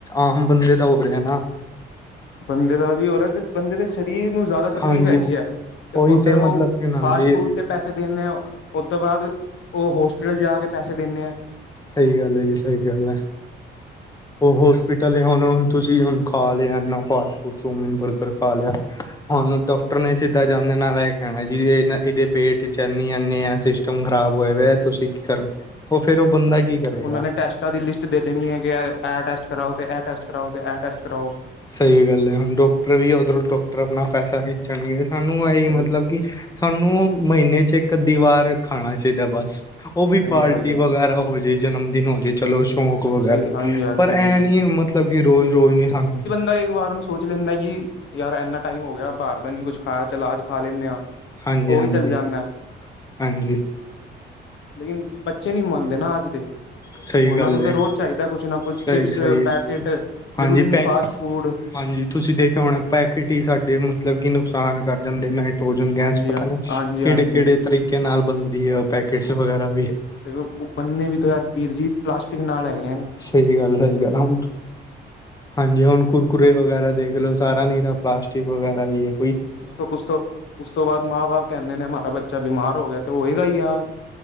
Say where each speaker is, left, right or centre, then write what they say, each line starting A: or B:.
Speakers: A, on the left; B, on the left.
A: ਆਮ ਬੰਦੇ ਦਾ ਹੋ ਰਿਹਾ ਨਾ।
B: ਬੰਦੇ ਦਾ ਵੀ ਹੋ ਰਾ ਤੇ ਬੰਦੇ ਦੇ ਸਰੀਰ ਨੂੰ ਜ਼ਿਆਦਾ ਤਕਲੀਫ਼
A: ਹਾਂਜੀ
B: ਹੈਗੀ ਐ ਤੇ
A: ਉਹੀ
B: ਉੱਧਰ ਓ
A: ਮਤਲਬ ਕਿ ਨਾਂਦੀ
B: ਫਾਸਟ ਫੂਡ ਤੇ ਪੈਸ ਦੇਣੇ ਆਂ, ਓਤੋਂ ਬਾਅਦ ਓ ਹੋਸਪਿਟਲ ਜਾ ਕੇ ਪੈਸੇ ਦੇਣੇ ਆਂ।
A: ਸਈ ਗੱਲ ਐ ਜੀ, ਸਈ ਗੱਲ ਐ।
B: <inaudible>
A: ਓ ਹੋਸਪੀਟਲ ਏ ਹੁਣ ਓ ਹੁਣ ਤੁਸੀਂ ਹੁਣ ਖਾ ਲਿਆ, ਇਨ੍ਹਾਂ ਫਾਸਟ ਫੁਡ ਚੋਮੀਨ, ਬਰਗਰ ਖਾ ਲਿਆ। ਹੁਣ ਡਾਕਟਰ ਨੇ ਸਿੱਧਾ ਜਾਂਦੇ ਨਾਲ ਐ ਕੈਣਾ ਜੀ, ਐ ਨਾਂ ਏਦੇ ਪੇਟ ਚ ਇੰਨੀ ਇਨੇਂ ਆ ਸਿਸ ਟਮ ਖਰਾਬ ਹੋਇਆ ਦਾ ਤੁਸੀਂ ਕੀ ਕਰੋ, ਓ ਫੇਰ ਓ ਬੰਦਾ ਕੀ ਕਰੇਗਾ
B: ਓਨਾਂ ਨੇ ਟੈਸਟਾਂ ਦੀ ਲਿਸਟ ਦੇ ਦੇਣੀ ਐ ਕਿ ਏ ਐ ਟੈਸਟ ਕਰਾਓ ਤੇ ਐ ਟੈਸਟ ਕਰਾਓ ਤੇ ਐ ਟੈਸਟ ਕਰਾਓ।
A: ਸਈ ਗੱਲ ਹੈ, ਹੁਣ ਡਾਕਟਰ ਵੀ ਉੱਧਰੋਂ ਡਾਕਟਰ ਆਪਣਾ ਪੈਸਾ ਖਿੱਚਣਗੇ ਸਾਨੂੰ ਏਹੀ
B: ਸਹੀ,
A: ਮਤਲਬ ਸਾਨੂੰ ਮਹੀਨੇ ਚ ਇੱਕ-ਅੱਧੀ ਵਾਰ ਖਾਣਾ ਚਾਈਦਾ ਬਸ। ਓ ਵੀ
B: ਸਹੀ
A: ਪਾਰਟੀ
B: ਗੱਲ ਏ।
A: ਵਗੈਰਾ ਹੋਜੇ, ਜਨਮ ਦਿਨ ਹੋ ਜੇ ਚੱਲੋ ਚੌਕ ਵਗੈਰਾ
B: ਸਹੀ ਹਾਂਜੀ-ਹਾਂਜੀ-ਹਾਂਜੀ,
A: ਪਰ ਐ ਨੀਂ ਮਤਲਬ ਕਿ ਰੋਜ਼-ਰੋਜ਼ ਨੀਂ ਸਾਨੂੰ
B: ਕਈ ਵਾਰ ਨੂੰ ਸੋਚ ਲੈਂਦਾ ਕਿ ਯਾਰ ਇਨਾਂ ਟਾਈਮ ਹੋ ਗਿਆ ਬਾਰ ਦਾ ਨੀਂ ਕੁੱਛ ਖਾਇਆ। ਚਲ ਅਆਜ ਖਾ ਲੈਂਣੇ ਆਂ।
A: ਹਾਂਜੀ
B: ਓ
A: ਹਾਂਜੀ
B: ਵੀ ਚੱਲ ਜਾਂਣਾ ਐ।
A: ਹਾਂਜੀ
B: ਲੇਕਿਨ ਬੱਚੇ ਨੀਂ ਮੰਨਦੇ ਨਾਂ ਅੱਜ ਦੇ,
A: ਸਹੀ
B: ਓਨਾਂ
A: ਗੱਲ
B: ਨੂੰ ਤਾਂ
A: ਹੈ
B: ਰੋਜ਼ ਚਾਈਦਾ ਕੁਛ ਨਾਂ ਕੁਛ
A: ਸਹੀ
B: ਚਿਪਸ,
A: ਸਹੀ
B: ਪੈਕੇਟ ਜ਼ਰੂਰੀ
A: ਹਾਂਜੀ
B: ਨੀਂ
A: ਪੈਕ
B: ਫਾਸਟ ਫੂਡ
A: ਹਾਂਜੀ, ਤੁਸੀਂ ਦੇਖਿਆ ਹੋਣਾ ਪੈਕੇਟ ਈ ਸਾਡੇ ਮਤਲਬ ਕਿ ਨੁਕਸਾਨ ਕਰ ਜਾਂਦੇ ਨੇ। ਪ੍ਰੋਜਨ ਗੈਸ
B: ਹਾਂਜੀ,
A: ਪਤਾ ਨੀਂ
B: ਹਾਂਜੀ-ਹਾਂਜੀ।
A: ਕਿਹੜੇ-ਕਿਹੜੇ ਤਰੀਕੇ ਨਾਲ ਬਣਦੀ ਐ ਪੈਕਟਸ ਵਗੈਰਾ ਵੀ।
B: ਫਿਰ ਓ, ਉ ਬੰਨੇ ਵੀ ਤਾਂ ਯਾਰ, ਵੀਰ ਜੀ ਪਲਾਸਟਿਕ ਨਾਲ ਹੈਗੇ ਐਂ।
A: ਸਈ ਗੱਲ ਹੈਗੀ ਐ ਨਾਂ ਹੁੰਟ ਹਾਂਜੀ ਹੁਣ ਕੁਰਕੁਰਰੇ ਵਗੈਰਾ ਦੇਖ ਲੋ, ਸਾਰਾ ਨਿਰਾ ਪਲਾਸਟਿਕ ਵਗੈਰਾ ਈ ਏ।
B: ਉਸ ਤੋਂ ਉਸ ਤੋਂ ਉਸ ਤੋਂ ਬਾਅਦ ਮਾਂ ਬਾਪ ਕੈਂਦੇ ਨੇ ਮਾਰਾ ਬੱਚਾ ਬਿਮਾਰ ਹੋ ਗਿਆ ਤੇ ਹੋਏਗਾ ਈ ਯਾਰ